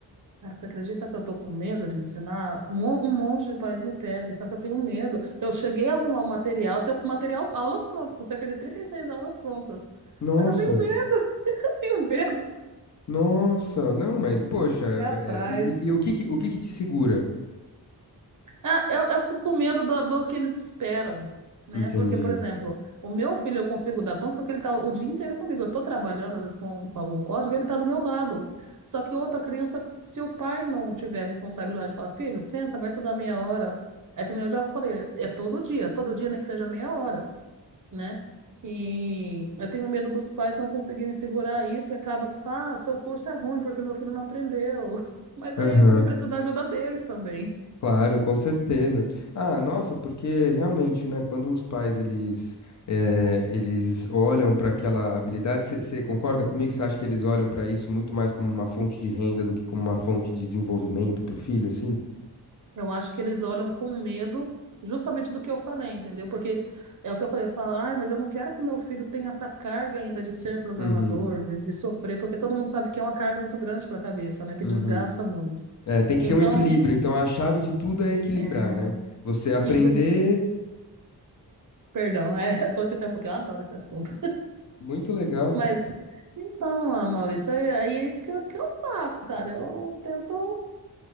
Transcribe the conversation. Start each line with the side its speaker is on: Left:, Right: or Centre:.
Right: Cara, você acredita que eu tô com medo de ensinar? Mo- Um monte de pais me pedem, só que eu tenho medo. Eu cheguei a arrumar o material, eu tenho com material, aulas prontas, com cerca de 36 aulas prontas.
Left: Nossa,
Right: Só que eu tenho medo, <laughs> eu tenho medo.
Left: nossa, não, mas
Right: Eu
Left: poxa,
Right: fico com o pé atrás.
Left: é, e, e- e o que que- o que que te segura?
Right: É, eu, eu fico com medo do, do que eles esperam, né?
Left: Entendi.
Right: Porque, por exemplo, o meu filho eu consigo dar conta porque ele tá o dia inteiro comigo. Eu tô trabalhando, às vezes, com, com algum código, ele tá do meu lado. Só que outra criança, se o pai não tiver a responsabilidade de falar, filho, senta, vai estudar meia hora. É que nem eu já falei, é todo dia, todo dia, nem que seja meia hora, né? E eu tenho medo dos pais não conseguirem segurar isso e acaba que fala, ah, seu curso é ruim porque meu filho não aprendeu. <laughs> Mas
Left: Aham,
Right: aí eu também preciso da ajuda deles também.
Left: claro, com certeza. Ah, nossa, porque realmente, né, quando os pais eles eh, eles olham para aquela habilidade, você concorda comigo? Você acha que eles olham para isso muito mais como uma fonte de renda do que como uma fonte de desenvolvimento para o filho, assim?
Right: Eu acho que eles olham com medo justamente do que eu falei, entendeu? Porque é o que eu falei, eu falo, ai, mas eu não quero que o meu filho tenha essa carga ainda de ser programador,
Left: Uhum,
Right: de, de sofrer, porque todo mundo sabe que é uma carga muito grande para a cabeça, né? Que
Left: uhum.
Right: desgasta muito.
Left: É, tem que
Right: Então,
Left: ter um equilíbrio. Então a chave de tudo é equilibrar,
Right: é,
Left: né? Você aprender.
Right: isso, perdão, é, <laughs> eu tô te interrompendo porque eu adoro esse assunto.
Left: Muito legal.
Right: Mas, então, ah, Maurício, aí é, é isso que eu, que eu faço, cara. Eu tento.